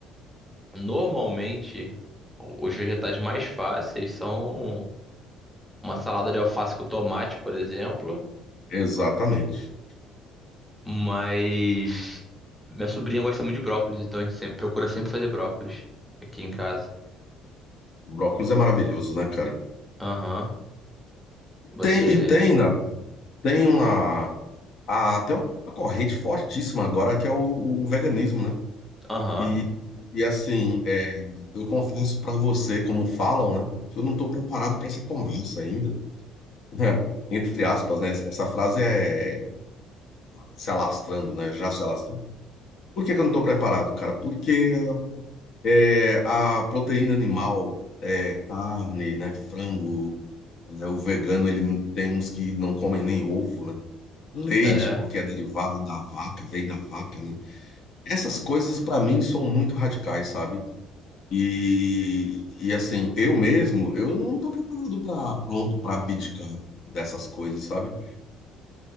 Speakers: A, in the centre; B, on the left.
A: Normalmente, os vegetais mais fáceis são uma salada de alface com tomate, por exemplo.
B: Exatamente.
A: Mas minha sobrinha gosta muito de brócolis, então a gente sempre, procura sempre fazer brócolis aqui em casa.
B: Brócolis é maravilhoso, né, cara?
A: Aham. Você.
B: Tem, e tem, né, tem uma, a, tem uma corrente fortíssima agora que é o, o veganismo, né?
A: Aham.
B: E, e assim, é, eu confesso pra você, como falam, né, que eu não tô preparado pra essa conversa ainda. <laughs> Entre aspas, né? Essa frase é se alastrando, né? Já se alastrou. Por que que eu não tô preparado, cara? Porque é, a proteína animal, é, carne, né, frango É, o vegano, ele tem uns que não comem nem ovo, né? Leite,
A: É.
B: porque é derivado da vaca, vem da vaca, né? Essas coisas, para mim, são muito radicais, sabe? E, e assim, eu mesmo, eu não tô preparado para pronto para abdicar dessas coisas, sabe?